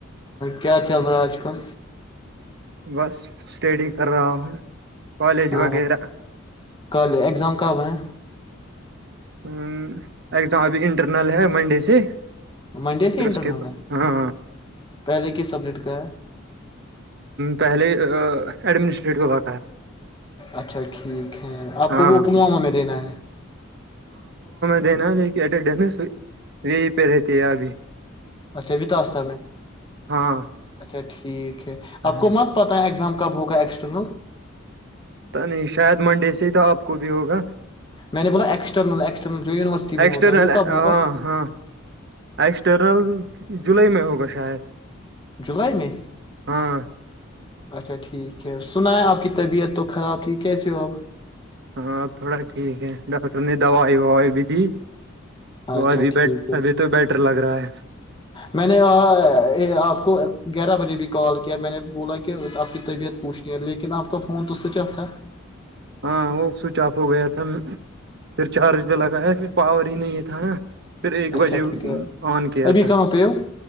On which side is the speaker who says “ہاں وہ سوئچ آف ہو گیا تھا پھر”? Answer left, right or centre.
Right